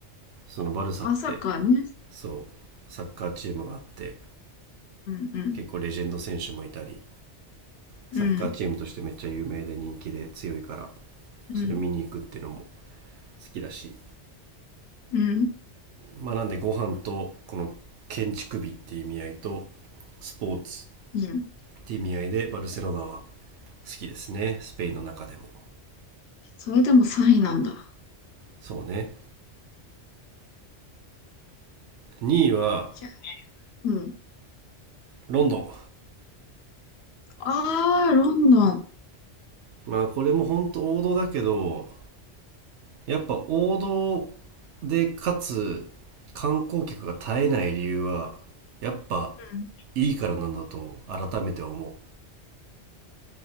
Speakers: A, on the right; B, on the left.
A: そのバルサって、
B: 朝かね。
A: そう、サッカーチームがあって、
B: うん、うん、
A: 結構レジェンド選手もいたり、サッカーチームとしてめっちゃ有名で人気で強いから、
B: うん、
A: それ見に行くっていうのも好
B: うん、
A: きだし、
B: うん、
A: まあ、なんでご飯とこの建築美っていう意味合いと、スポーツ
B: うん。
A: っていう意味合いでバルセロナは好きですね。スペインの中でも。
B: それでも3位なんだ。
A: そうね。2位は、
B: じゃあ、うん。
A: ロンドン
B: あー、ロンドン。
A: まあこれも本当王道だけどやっぱ王道でかつ観光客が絶えない理由はやっぱ
B: うん。
A: いいからなんだと改めて思